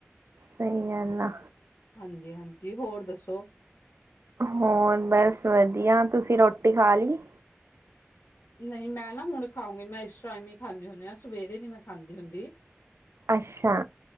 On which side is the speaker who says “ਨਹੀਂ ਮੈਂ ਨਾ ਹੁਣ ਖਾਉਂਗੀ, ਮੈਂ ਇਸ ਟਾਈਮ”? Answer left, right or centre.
Left